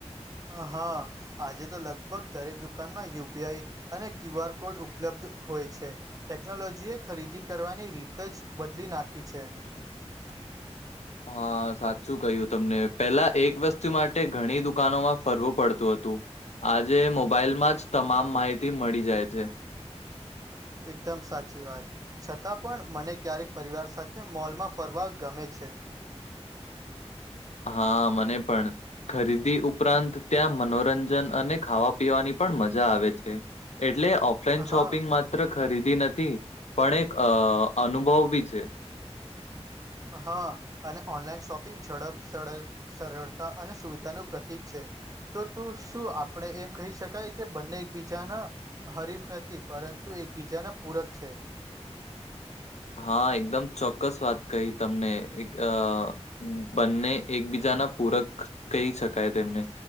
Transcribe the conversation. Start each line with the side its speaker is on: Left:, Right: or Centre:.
Right: અ હા. આજે તો લગભગ દરેક દુકાનમાં યુ પી આઈ અને ક્યુ આર કોડ ઉપલબ્ધ હોય છે. ટેકનોલોજી એ ખરીદી કરવાની રીત જ બદલી નાખી છે.
Left: <inaudible> હા સાચું કહ્યું તમને પેલા એક વસ્તુ માટે ઘણી દુકાનોમાં ફરવું પડતું હતું. આજે મોબાઈલમાં જ તમામ માહિતી મળી જાય છે.
Right: એકદમ સાચી વાત. છતાં પણ મને ક્યારેક પરિવાર સાથે મોલમાં ફરવા ગમે છે.
Left: હા મને પણ ખરીદી ઉપરાંત ત્યાં મનોરંજન અને ખાવા પીવાની પણ મજા આવે છે. એટલે ઓફ ઓફલાઈન શોપિંગ
Right: હા
Left: માત્ર ખરીદી નથી પણ એક અ અનુભવ બી છે.
Right: હા અને ઓનલાઈન શોપિંગ ઝડપ સડે સરળતા અને સુવિધાનું પ્રતિક છે. તો તું શું આપણેે એમ કહી શકાય કે બંને એક બીજાના હરીફ નથી પરંતુ એકબીજાના પૂરક છે.
Left: હા એકદમ ચોક્કસ વાત કહી તમને એક અ બંને એકબીજા ના પૂરક કહી શકાય તેમને